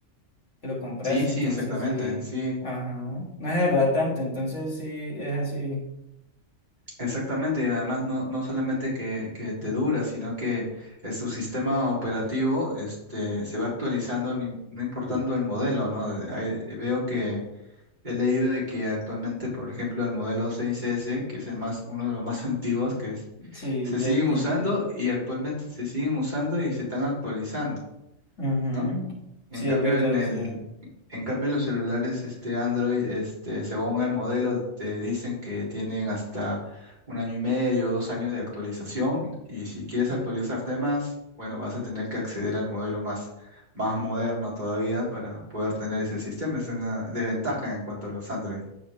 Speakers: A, on the left (about 70°); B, on the right (about 40°).
A: que lo compras,
B: Sí,
A: entonces
B: sí, exactamente,
A: sí.
B: sí.
A: Ajá, no se saluda tanto, entonces sí, es así,
B: Exactamente, y además no, no solamente que, que te dura, sino que eh, su sistema operativo este, se va actualizando ni- no importando el modelo, ¿no? Eh, hay- eh, veo que he leído de que actualmente, por ejemplo, el modelo 6S, que es el más, uno de los más <laughs> antiguos, que es,
A: sí,
B: se
A: ya
B: siguen
A: tiempo.
B: usando y actualmente se siguen usando y se están actualizando,
A: Ujú.
B: ¿no? En
A: Sí,
B: cambio,
A: es verdad,
B: en el,
A: sí.
B: en cambio, los celulares este Android, este, según el modelo, te dicen que tienen hasta un año y medio, dos años de actualización. Y si quieres actualizarte más, bueno, vas a tener que acceder al modelo más, más moderno todavía para poder tener ese sistema. Es una desventaja en cuanto a los Android.